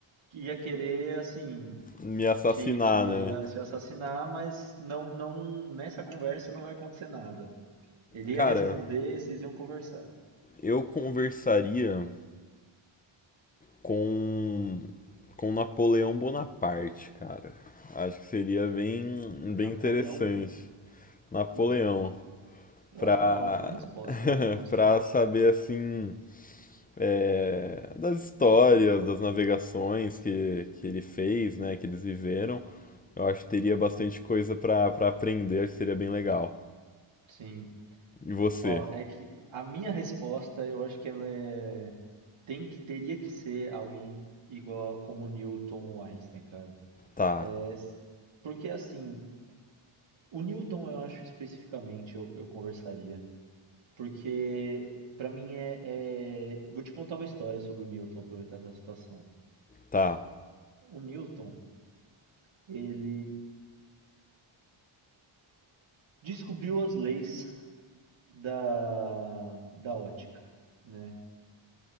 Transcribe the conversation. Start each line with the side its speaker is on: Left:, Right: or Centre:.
Right: que ia querer, assim,
Left: me assassinar,
Right: te, te,
Left: né?
Right: te assassinar, mas não, não, nessa conversa não vai acontecer nada. Ele
Left: Cara,
Right: ia responder, vocês iam conversar.
Left: eu conversaria com. Com Napoleão Bonaparte, cara. Acho que seria bem,
Right: Napoleão?
Left: bem interessante. Napoleão,
Right: Hum, eu
Left: pra.
Right: acho que é uma ótima resposta.
Left: <laughs>
Right: Nossa,
Left: pra saber assim. é, das histórias, das navegações que, que ele fez, né, que eles viveram. Eu acho que teria bastante coisa pra, pra aprender, acho que seria bem legal.
Right: sim.
Left: E você?
Right: Ó, é que a minha resposta, eu acho que ela é... Tem que, teria que ser alguém igual como Newton ou Einstein, cara.
Left: Tá,
Right: É, s- porque assim, o Newton eu acho especificamente eu, eu conversaria. Porque pra mim é, é- Vou te contar uma história sobre o Newton, aproveitar essa situação.
Left: tá.
Right: O Newton, ele descobriu as leis da, da ótica, né?